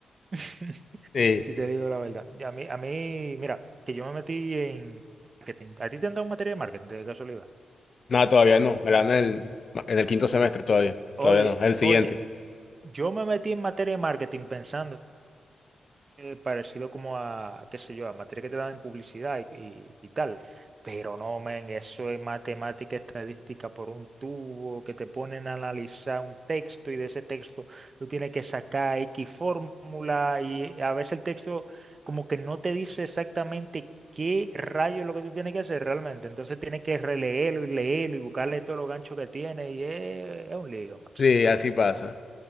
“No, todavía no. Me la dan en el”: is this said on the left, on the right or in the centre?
Left